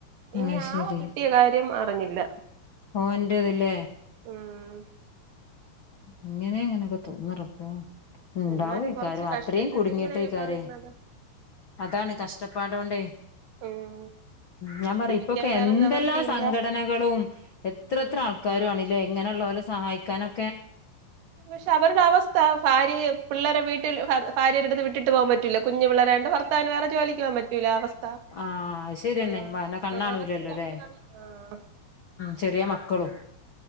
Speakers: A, on the right (about 80°); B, on the left (about 55°).
A: ഇനി
B: അത്
A: ആളെ
B: ശരി
A: കിട്ടിയ കാര്യം അറിഞ്ഞില്ല
B: ഓന്റെത് ഇല്ലേ
A: ഉം
B: ഇങ്ങനെ എങ്ങനെയൊക്ക തോന്ന്ന് റബ്ബേ ഉണ്ടാവോയ്ക്കാരം
A: എന്നാലും കൊറച്ച് കഷ്ട്ടം
B: അത്രയും
A: ഇതൊക്കെ
B: കുടുങ്ങിയിട്ടേക്കാരെ
A: എങ്ങനെയൊക്കെ കാണിക്കണത്
B: അതാണ് കഷ്ടപ്പാടോണ്ടേ
A: ഉം
B: ഞാൻ പറയും
A: ജീവിക്കാൻ
B: ഇപ്പൊക്കെ
A: വേറെ
B: എന്തെല്ലാം
A: നിവർത്തിയില്ല
B: സങ്കട- സംഘടനകളും എത്രയെത്ര
A: ഉം
B: ആൾക്കാരും ആണുയില്ലേ ഇങ്ങനെയുള്ളവരെ സഹായിക്കാനൊ-
A: പക്ഷെ അവരുടെ അവസ്ഥ ഭാര്യയെ പിള്ളേരെ വീട്ടിൽ ഭാര്യരുടെ അടുത്ത് വിട്ടിട്ട് പോകാൻ പറ്റൂല്ല കുഞ്ഞ് പിള്ളേര് ആയോണ്ട് ഭർ- ഭർത്താവിന് വേറെ ജോലിക്ക്പൊവാൻ പറ്റൂല അവ- ത
B: ആഹ് അത് ശരിയന്നെ
A: ആ
B: മന കണ്ണാണൂലല്ലോ
A: ആ ക കാ
B: ല്ലേ
A: ആ <unintelligible>
B: ചെറിയ മക്കളും